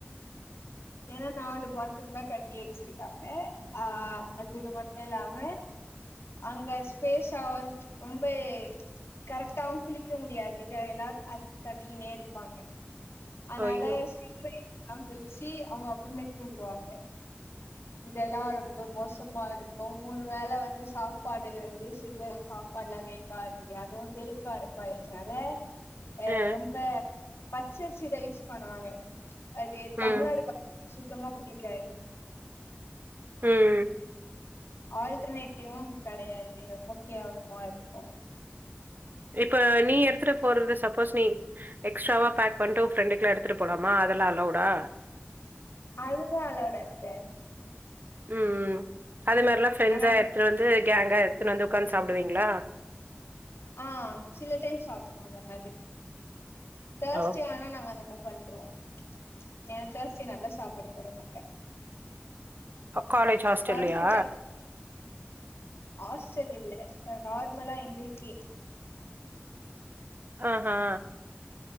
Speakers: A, on the left; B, on the right.
A: ஏனா நாலு பாத்ரூம்தா கட்டி வச்சிருக்காங்க ஆ அதுக மட்டு இல்லாம அங்க ஸ்பேஸ்ஸா ரொம்ப கரெக்டாவு குளிக்க முடியாது இத எல்லா அ தட்டிகினே இருப்பாங்க அதனால
B: ஐயோ
A: சீக்ரோ எழுந்து தா குளிச்சு அவுங்க அப்ரமேட் தூங்குவாங்க இதெல்லா ரொம்ப மோசமா இருக்கு மூணு வேல வந்து சாப்பாடு வந்து சீக்கரோ சாப் பாட்லா வேகாது அதுவு <unintelligible> அ
B: ஆ
A: ரொம்ப பச்சரிசி தா யூஸ் பண்ணுவாங்க அது
B: ம்
A: தமிழ்நாடு பசங்ளுக்கு சுத்தமா புடிக்காது
B: ம்
A: ஆல்டர்னேட்டிவு அங் கடையாது ரொம்ப கேவலமா இருக்கு
B: இப்ப நீ எடுத்துட்டு போறது சப்போஸ் நீ எக்ஸ்ட்ராவா பேக் பண்ட்டு ஒ ஃப்ரெண்டுக்குல்லா எடுத்துட்டு போலாம அதலா அலௌடா
A: அதுலா அலௌவுடு அத்த
B: ம் அது மாரிலா ஃப்ரெண்ட்ஸா
A: ஆனா
B: எடுத்துனு வந்து கேங்கா எடுத்துன்னு வந்து ஒக்காந்து சாப்டுவீங்களா
A: ஆ சில டைம் சாப்டுவோ அந்த மாதிரி தேர்ஸ்டே
B: ஆ.
A: ஆனா நாங்க அந்த மாரி பண்றுவோ ஏ தேர்ஸ்டே நல்லா சாப்பாடு போட மாட்
B: அ காலேஜ் ஹாஸ்டல்லயா?
A: பருப்பு த ஹாஸ்ட்டல் இல்ல அ நார்மலா எங்களுக்கே
B: ஆஹா